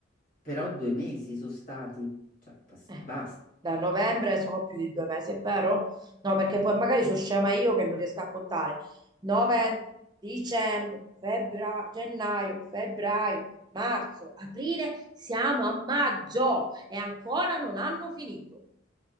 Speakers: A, on the left; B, on the right.
A: però due mesi sono stati, cioè bas-
B: Eh,
A: basta.
B: Da novembre sono più di due mesi, è vero? No, perché poi magari sono scema io che non riesco a contare. Novembre, dicembre, febbraio, gennaio, febbraio, marzo, aprile, siamo a maggio e ancora non hanno finito.